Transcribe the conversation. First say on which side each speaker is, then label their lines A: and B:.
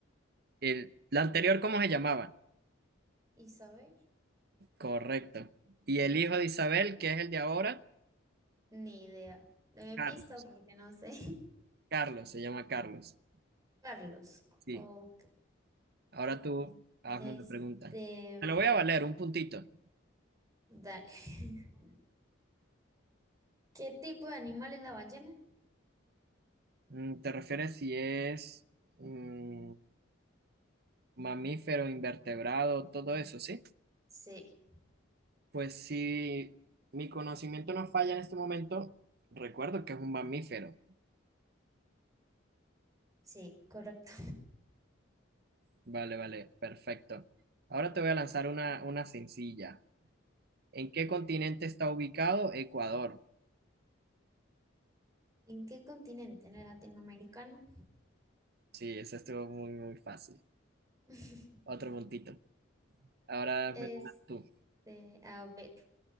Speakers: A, on the right; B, on the right.
A: el, el anterior, ¿cómo se llamaba?
B: Isabel.
A: Correcto. ¿Y el hijo de Isabel, que es el de ahora?
B: Ni idea. Deme
A: Carlos,
B: pistas porque no sé.
A: Carlos, se llama Carlos.
B: <laughs> Carlos.
A: Sí,
B: Ok.
A: ahora tú hazme
B: Este.
A: una pregunta. Te
B: mm,
A: lo voy a valer, un puntito.
B: Dale. <laughs> ¿Qué tipo de animal es la ballena?
A: Mm, ¿Te refieres si es mm, mamífero, invertebrado, todo eso, sí?
B: Sí,
A: Pues si mi conocimiento no falla en este momento, recuerdo que es un mamífero.
B: sí, correcto.
A: Vale, vale, perfecto. Ahora te voy a lanzar una, una sencilla. ¿En qué continente está ubicado Ecuador?
B: <laughs> ¿En qué continente? ¿En el latinoamericano?
A: Sí, eso estuvo muy, muy fácil.
B: <laughs>
A: Otro puntito. Ahora hazme
B: Este,
A: tú.
B: a ver,